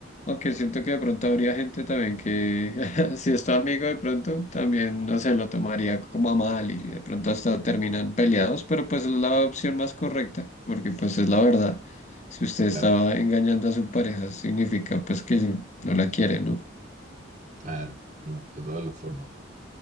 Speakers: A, on the left (about 35°); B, on the right (about 40°).
A: aunque siento que de pronto habría gente también que, <laughs> si es tu amigo de pronto, también, no sé, lo tomaría como a mal y de pronto hasta terminan peleados, pero pues es la opción más correcta, porque pues es la verdad. Si usted
B: Claro,
A: estaba engañando a su pareja, significa pues que sí, no la quiere, ¿no?
B: claro, no, de todas las formas.